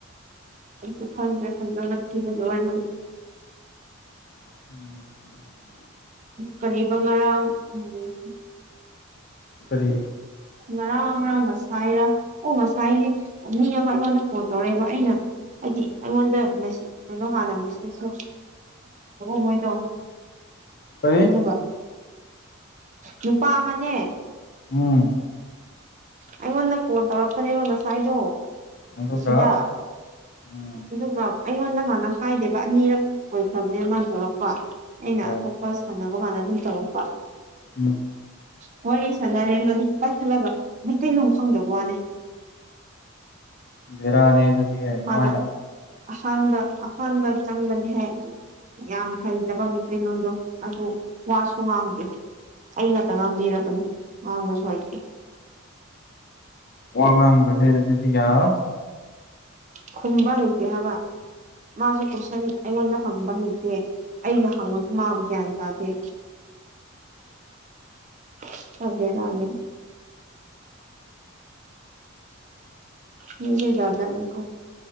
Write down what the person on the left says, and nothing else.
ꯎꯝ
ꯀꯔꯤ
ꯀꯔꯤ
ꯎꯝ
ꯑꯗꯨꯒ
ꯎꯝ
ꯑꯣ
ꯎꯝ
ꯕꯦꯔꯥꯅꯦ ꯑꯗꯨꯗꯤ ꯀꯃꯥꯏꯅ
ꯋꯥ ꯉꯥꯡꯗ꯭ꯔꯗꯤ ꯑꯗꯨꯗꯤ ꯌꯥꯔꯔꯣꯏ